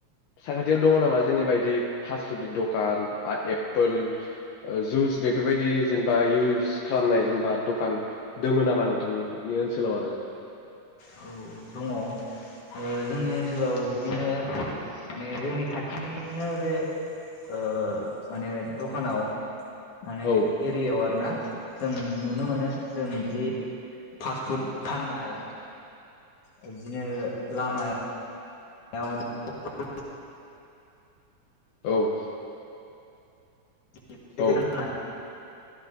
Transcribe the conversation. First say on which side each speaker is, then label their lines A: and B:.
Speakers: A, on the left; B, on the left.
A: साखाथियाव दङ नामा जेनेबा इदि फास्ट फुडनि दखान आ एप्पोल ओ जुस बे फोरबायदि जेनेबा इउस खालामनाय जेनेबा दखान दङ नामा नोंथांनि ओनसोलाव आरो
B: औ दङ ओ जोंनि ओनसोलाव बिदिनो माने जोंनि खाथिनिनो बे ओ माने दखानाव माने
A: औ
B: एरियाव आरोना जों नुनो मोनो जों बिदि फास्ट फुड फाननाय ओ बिदिनो लामाय <inaudible>
A: औ
B: <inaudible>
A: औ